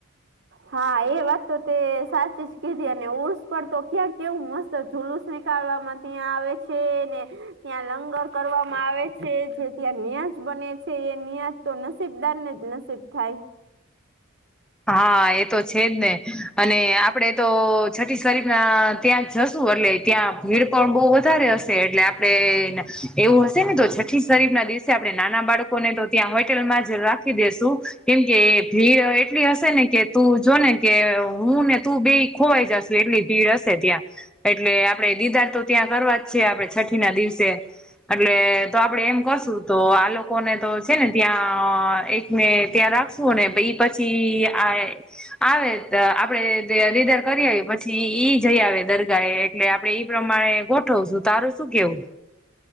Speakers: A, on the right (about 60°); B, in the centre.
A: હા એ વાત તો તે સાચી જ કીધી અને ઉર્સ પણ તો ક્યાં કેવું મસ્ત જુલુસ નીકળવાવામાં ત્યાં આવે છે ને. ત્યાં લંગર કરવામાં આવે છે જે ત્યાં નિ્યાજ બને છે એ નિ્યાજ તો નસીબદાર ને જ નસીબ થાય.
B: હા એ તો છેજ ને, અને આપણે તો છઠ્ઠી શરીરના ત્યાં જશું એટલે ત્યાં ભીડ પણ બહુ વધારે હશે એટલે આપણે આપણે, એવું હશે ને તો છઠ્ઠી શરીફ ના દિવસે આપણે નાના બાળકોને તો ત્યાં હોટેલમાં જ રાખ દસું, કેમ કે થ્રીટ એટલી હશે ને કે તું જોને કે હું ને તું બે ખોવાઈ જશુ એટલી ભીડ હશે ત્યાં. એટલે આપડણે દીદાર તો ત્યાં કરવા જ છે આપડણે છઠ્ઠી ના દિવસે. એટલે તો આપડે એમ કશું તો આ લોકોને તો છે ને ત્યાં એક ને ત્યાં રાખશું ને પ પછી આ આવે આપડે રીધર કરી આવીએ પછી. પછી ઈ જઈ આવે દરગા એટલે આપડે ઈ પ્રમાણે ગોઠવશું, તારું શું કેવું?